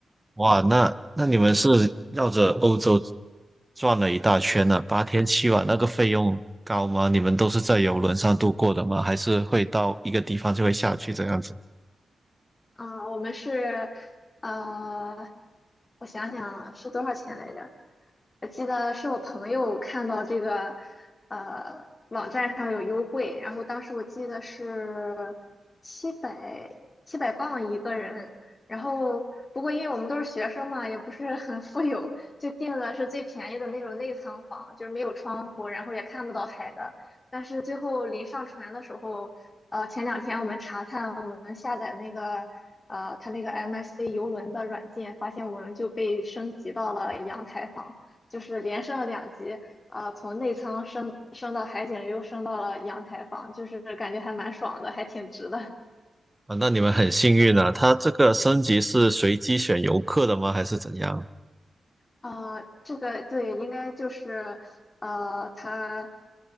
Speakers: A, on the right; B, on the left.
A: 哇，那那你们是绕着欧洲转了一大圈呢，八天七晚，那个费用高吗？你们都是在游轮上度过的吗？还是会到一个地方就会下去这样子？
B: 嗯，我们是，呃，我想想啊是多少钱来着？我记得是我朋友看到这个呃网站上有优惠，然后当时我记得是七百七百磅一个人，然后不过因为我们都是学生嘛，也不是很富有，就订的是最便宜的那种内舱房，就是没有窗户，然后也看不到海的。但是最后临上船的时候，呃，前两天我们查看我们下载那个。呃，它那个 MSC 游轮的软件，发现我们就被升级到了阳台房。就是连升了两级，啊，从内舱升升到海景，又升到了阳台房，就是感觉还蛮爽的，还挺值的。
A: 啊，那你们很幸运啊，它这个升级是随机选游客的吗？还是怎样？
B: 啊、这个对，应该就是呃，他